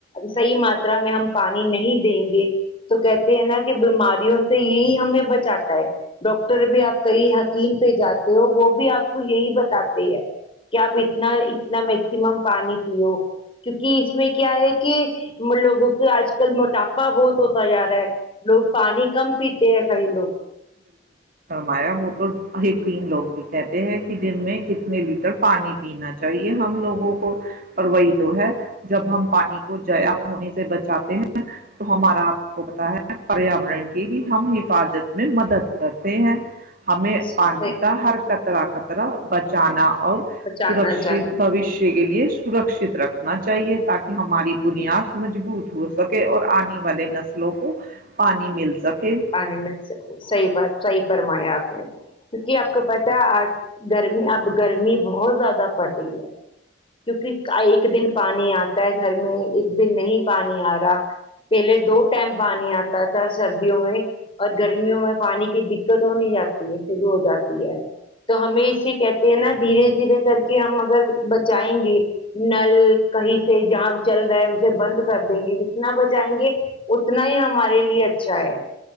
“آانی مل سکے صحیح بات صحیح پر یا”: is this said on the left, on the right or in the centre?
Left